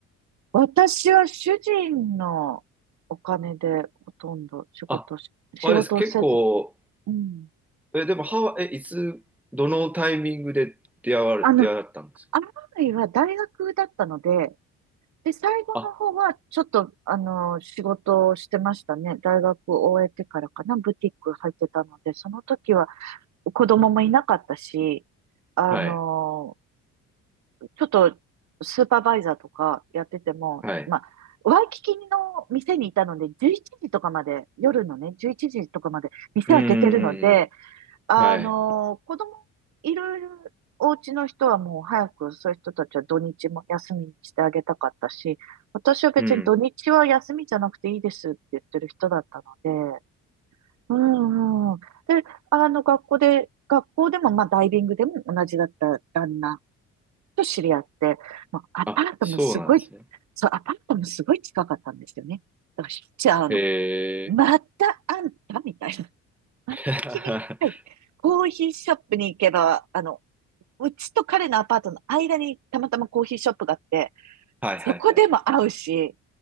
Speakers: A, on the right; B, in the centre.
A: 私は主人のお金でほとんど仕事し、
B: あ、
A: 仕事をせず、
B: あれです。結構、
A: うん。
B: え、でもハワイ、え、いつ、どのタイミングで出会われ、
A: あの、
B: 出会ったんですか
A: アライは大学だったので、で、最後の方はちょっと、
B: あ、
A: あの、仕事をしてましたね。大学を終えてからかな、ブティック入ってたので、その時は子供もいなかったし、あの、
B: はい。
A: ちょっとスーパーバイザーとかやってても、
B: はい。
A: まあ、ワイキキの店にいたので、11時とかまで、夜のね、11時とかまで店開けてるので、
B: うんうんうん
A: あのー子供
B: うん。はい。
A: いるお家の人はもう早くそういう人たちは土日も休みにしてあげたかったし、私は別に土日は休みじゃなくていいですって言ってる人だったので、
B: うん。
A: うんうん。で、あの、学校で、学校でも、まあ、ダイビングでも同じだった旦那と知り合って、まあアパートもすごい、
B: あ、そうなんですね。
A: そう、アパートもすごい近かったんですよね。だからしょっちゅう会うの。
B: え
A: またあんたみたいな。<laughs> また君はい。
B: ー、<laughs>
A: コーヒーショップに行けば、あの、うちと彼のアパートの間にたまたまコーヒーショップがあって、
B: はいはいはい。
A: そこでも会うし、